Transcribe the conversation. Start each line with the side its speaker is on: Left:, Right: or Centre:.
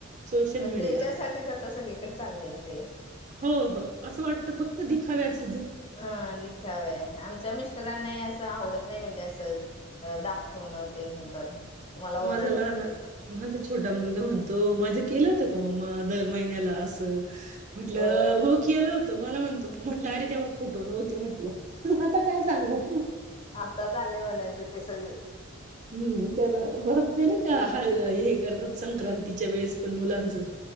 Right: सोशल मीडिया
Left: त्याच्यासाठीठीच आता सगळे इकडे चालले ते
Right: हो हो असं वाटत फक्त दिखा्याच
Left: अं दिखाव आमच्या मिस्टरांना असं आवडत नाही म्हणजे असं दाखवणं ते नाही करणं मला
Right: माझा
Left: ओरडतात
Right: लहान
Left: ते
Right: माझा छोटा मुलगा म्हणतो माझं केलं होत का मम्मा दर महिन्याला असं म्हटलं
Left: अ
Right: हो केलं होत मला म्हणतो म्हटलं अरे तेव्हा फोटो नव्हते म्हटलं आता काय सांगू
Left: आत्ताच आले म्हणायचं ते सगळे
Right: हम्म त्याला पररत ते ना काा हे करतात संक्रांतीच्या वेळेस पण मुलांचं